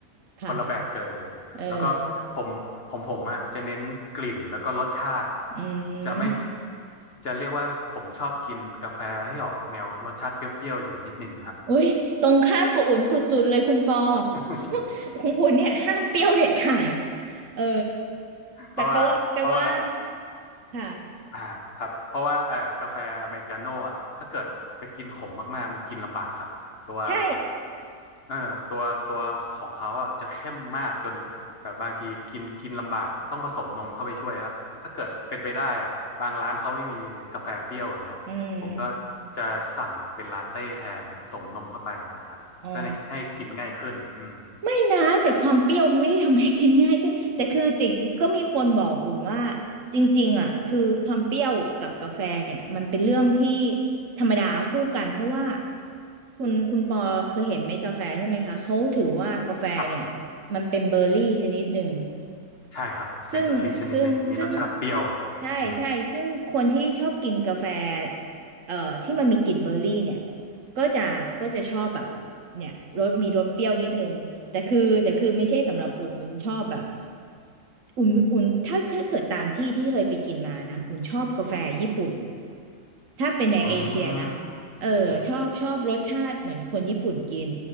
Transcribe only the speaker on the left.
คนละแบบกันเลย
แล้วก็ผมของผมอะจะเน้นกลิ่นแล้วก็รสชาติ
จะไม่จะเรียกว่าผมชอบกินกาแฟให้ออกแนวรสชาติเปรี้ยวๆอยู่นิดนึงครับ
<laughs>
เพราะว่าเพราะว่า
อ่าครับเพราะว่าเอ่อกาแฟอเมริกาโน่อะถ้าเกิดไปกินขมมากๆมันกินลำบากครับตัว
เอ่อตัวตัวของเขาอะจะเข้มมากจนแบบบางทีกินกินลำบากต้องผสมนมเข้าไปช่วยครับถ้าเกิดเป็นไปได้อะบางร้านเขาไม่มีกาแฟเปรี้ยวอย่างเงี้ยผมก็
จะสั่งเป็นลาเต้แทนผสมนมเข้าไปอย่างเงี้ยครับเพื่อให้กินง่ายขึ้นอืม
ครับ
ใช่ครับเป็นเบอร์รี่ชนิดหนึ่งมีรสชาติเปรี้ยว
อืม
อืม
อืม